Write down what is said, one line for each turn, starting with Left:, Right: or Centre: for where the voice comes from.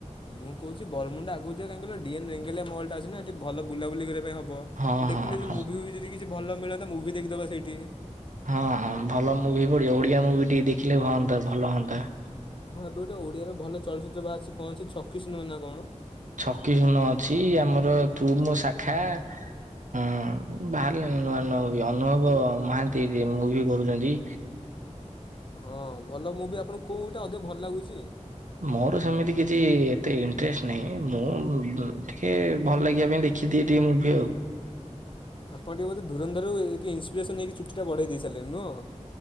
Left: ମୁଁ କହୁଛି ବରମୁଣ୍ଡା ଆଗକୁ ଯିବା କାହିଁକି କଇଲ ଡିଏନ୍ ରେଙ୍ଗାଲିଆ ମଲ ଟା ଅଛି ନା ସେଠି ଭଲ ବୁଲାବୁଲି କରିବା ପାଇଁ ହବ।
Right: ହଁ
Left: ଦେଖୁଲି
Right: ହଁ
Left: ଆଯି ମୁଭି ଫୁବି ଯଦି କିଛି ଭଲ ମିଳନ୍ତା ତ ମୁଭି ଦେଖିଦବା ସେଇଠି।
Right: ହଁଁ ଭଲ ମୁଭି ପଢିବ ଓଡିଆ ମୁଭି ଟିକେ ଦେଖିଲେ ହଅନ୍ତା ଭଲ ହଅନ୍ତା।
Left: ହଁ ଏବେ ଗୋଟେ ଓଡିଆର ଭଲ ଚଳଚିତ୍ର ବାହାରିଚି କଁ ଅଛି ଛକିଶୂନ ନା କଣ?
Right: ଛକିଶୁନ ଅଛି ଆମର ତୁ ମୋ ଶାଖା। ହଁ ବାହାରିଲାଣି ନୂଆ ନୂଆ ମୁଭି ଅନୁଭବ ମହାନ୍ତି ଯେ ମୁଭି କରୁଚନ୍ତି।
Left: ହଁ ଭଲ ମୁବି ଆପଣଙ୍କୁ କୋଉଗୁଟା ଅଧିକ ଭଲ ଲାଗୁଛି?
Right: ମୋର ସେମିତି କିଛି ଏତେ ଇଣ୍ଟରେଷ୍ଟ ନାହିଁ ମୁଁ ଟିକେ ଭଲ ଲାଗିବା ପାଇଁ ଦେଖ ଦେଖି ଦିଏ ଟିକେ ମୁଭି ଆଉ।
Left: ଆପଣ ଟିକେ ବୋଧେ ଧୂରନ୍ଦର ରୁ ଏଇଟି ଇନସପିରେସନ ହେଇକି ଚୁଟି ଟା ବଢେଇ ଦେଇ ସାରିଲେଣି ନୁଅ।